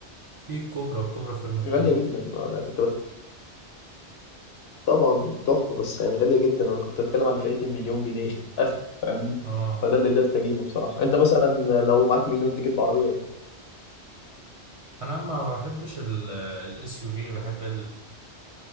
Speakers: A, on the right; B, on the left.
A: في الكوبرا الكوبرا فيرمنتور
B: غالية جدا أنا كنت بت... طبعا تحفة بس يعني غالية جدا أنا كنت بتكلم على فئة المليون جنيه <laughs> آخر فاهمني
A: اه
B: فده اللي قدرت أجيبه بصراحة أنت مثلا لو معاك مليون تجيب عربية إيه؟
A: انا ما بحبش الاس يو في بحب